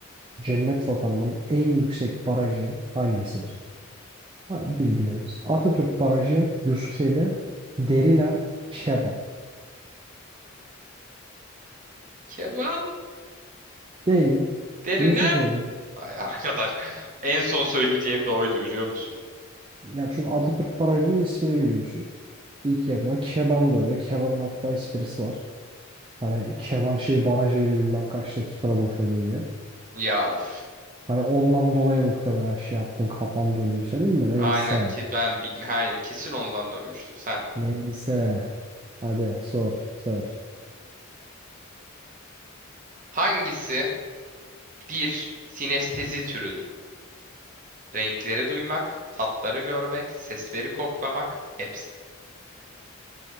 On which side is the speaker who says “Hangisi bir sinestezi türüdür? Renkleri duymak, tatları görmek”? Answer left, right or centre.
Right